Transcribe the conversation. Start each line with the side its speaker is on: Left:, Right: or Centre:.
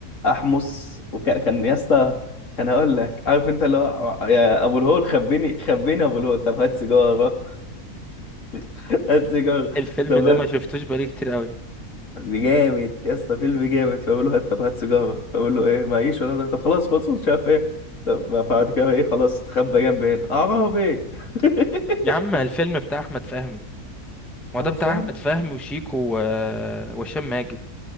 Left: احمس وكان كان يا اسطى كان هقول لك عارف انت اللي هو يا ابو الهول خبيني خبيني يا ابو الهول طب هات سيجارة <laughs> هات سيجارة
Centre: الفيلم
Left: طب
Centre: ده ما شفتوش بقالي كتير قوي
Left: دي جامد يا اسطى فيلم جامد فبقول له هات طب هات سيجاره فبقول له ايه معيش ولا ده طب خلاص خلاص مش عارف ايه طب بعد كده ايه خلاص استخبى جنب هنا عربي <laughs>
Centre: يا عم الفيلم بتاع احمد فهمي ما
Left: احمد
Centre: هو ده بتاع
Left: فهمي
Centre: احمد فهمي وشيكو و... وهشام ماجد